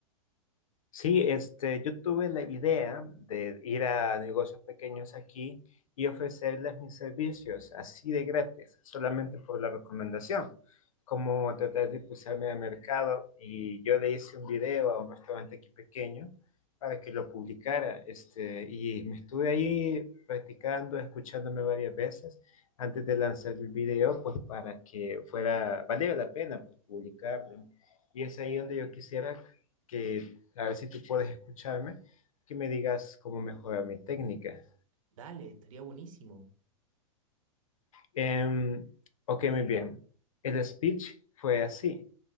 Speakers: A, on the left; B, on the right.
A: Sí, este, yo tuve la idea de ir a negocios pequeños aquí y ofrecerles mis servicios así de gratis, solamente por la recomendación, como tratar de impulsarme al mercado y yo le hice un video a un restaurante aquí pequeño para que lo publicara, este, y me estuve ahí practicando, escuchándome varias veces antes de lanzar el video, pues para que fuera, valiera la pena pues, publicarlo. Y es ahí donde yo quisiera que a ver si tú puedes escucharme, que me digas cómo mejorar mi técnica.
B: Dale, estaría buenísimo.
A: Em, ok, muy bien. El speech fue así.